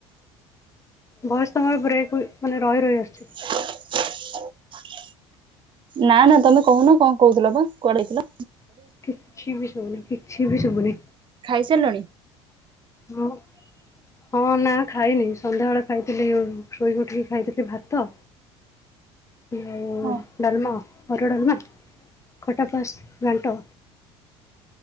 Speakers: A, on the left; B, on the right.
A: ବୟସ ତମର ବ୍ରେକ୍ ମାନେ ରହି ରହି ଆସୁଚି
B: <unintelligible> ନା ନା ତମେ କହୁନ କଣ କହୁଥିଲ ବା କୁଆଡେଇଥିଲ?
A: କିଛି ବି ଶୁବୁନି କିଛି ବି ଶୁବୁନି
B: ଖାଇସାଇଲଣି?
A: ହଁ ହଁ ନା ଖାଇନି ସନ୍ଧ୍ୟାବେଳେ ଖାଇଥିଲି ଶୋଇ ଉଠିକି ଖାଇଥିଲି ଭାତ ଆଉ
B: ହଁ
A: ଡାଲ୍ମା ହରଡ ଡାଲ୍ମା ଖଟା ପସ ଘାଣ୍ଟ।